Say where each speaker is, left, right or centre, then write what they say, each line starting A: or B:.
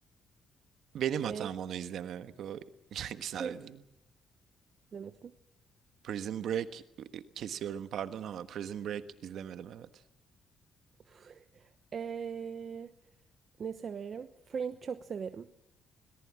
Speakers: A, on the right; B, on the right.
A: Benim hatam
B: Ee,
A: onu izlememek. O <laughs> güzel
B: Prison
A: bir dizi.
B: izlemedin.
A: Prison Break e, kesiyorum pardon ama Prison Break izlemedim evet.
B: <laughs> Ee, ne severim? Fringe çok severim.